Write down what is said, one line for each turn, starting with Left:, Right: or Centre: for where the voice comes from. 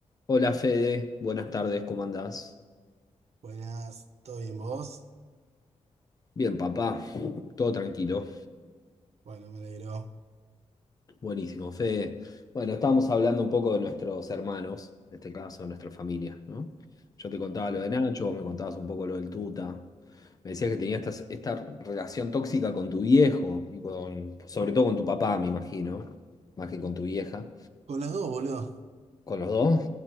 Left: Hola Fede, buenas tardes, ¿cómo andás?
Right: Buenas, ¿todo bien vos?
Left: Bien, papá, todo tranquilo.
Right: Bueno, me alegro.
Left: Buenísimo, Fede. Bueno, estábamos hablando un poco de nuestros hermanos, en este caso, de nuestra familia, ¿no? Yo te contaba lo de Nacho, vos me contabas un poco lo del Tuta. Me decías que tenías esta, esta relación tóxica con tu viejo y con, sobre todo con tu papá, me imagino, más que con tu vieja,
Right: Con las dos, boludo.
Left: con los dos.